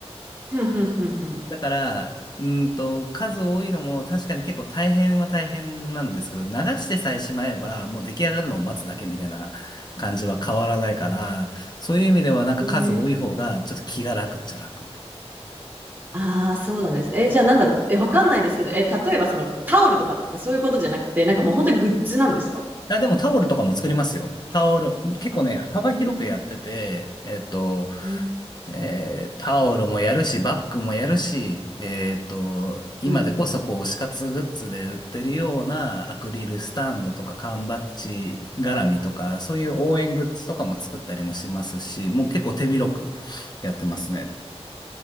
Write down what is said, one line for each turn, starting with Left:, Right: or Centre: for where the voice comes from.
Right: うんうんうん。
Left: だから、うーんと、数多いのも確かに結構大変は大変なんですけど、流してさえしまえば、もう出来上がるのを待つだけみたいな感じは変わらないから、そういう意味ではなんか数多い方がちょっと気が楽っちゃ楽。
Right: ねああ、そうなんです。え、じゃあなんだろう、え、わかんないですけど、え、例えばそのタオルとかってそういうことじゃなくて、なんかもう本当にグッズなんですか
Left: あ、でもタオルとかも作りますよ。タオル、結構ね、
Right: あ、
Left: 幅広くやってて、
Right: うん、
Left: えっと、
Right: うん、
Left: えータオルもやるし、バッグもやるし、えっと、今でこそこう、
Right: うん。
Left: 推し活グッズで売ってるようなアクリルスタンドとか缶バッジ絡みとか、そういう応援グッズとかも作ったりもしますし、もう結構手広くやってますね。